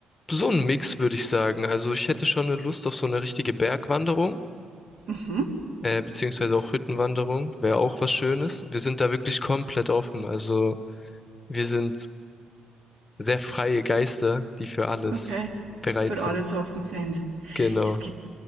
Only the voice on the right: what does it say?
Mhm.
Okay.
Für
alles offen sind.
Es gibt